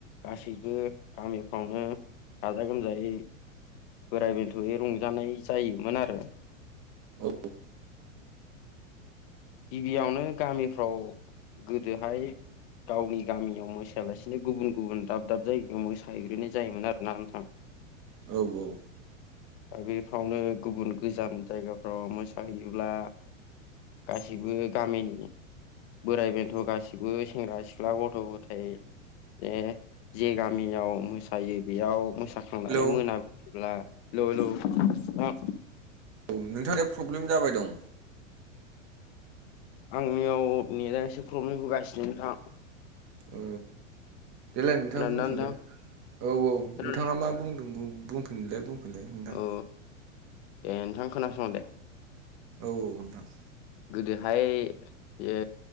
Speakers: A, on the left; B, on the right.
A: गासैबो गामिफ्रावनो गाजा गोमजायै बोराइ बेन्थ' रंजानाय जायोमोन आरो
B: औ
A: गिबियावनो गामिफ्राव गोदोहाय गावनि गामियाव मोसायालासेनो गुबुन गुबुन दाब दाब जायगायाव मोसाहैग्रोनाय जायोमोन आरो ना नोंथां
B: औ औ
A: बेफ्रावनो गुबुन गोजान जायगाफ्राव मोसाहैयोब्ला गासैबो गामिनि बोराइ बेन्थ' गासिबो सेंग्रा सिख्ला गथ' गथाय ए जे गामियाव मोसायो बेयाव थांनानै
B: हेलौ
A: मोनाबोब्ला ल' ल'
B: औ नोंथांना फ्रब्लेम जाबाय दं
A: आंनियाव नेथ आ एसे प्रब्लेम होगासिनो नोंथां
B: औ देलाय नोंथाङा
A: खोनादोंना
B: बुंफिनलाय
A: नोंथां
B: औ औ
A: खोनादों
B: नोंथाङा मा बुंदों बुं बुंफिनलाय बुंफिनलाय नोंथां
A: औ दे नोंथां खोनासं दे
B: औ औ नोंथां
A: गोदोहाय यो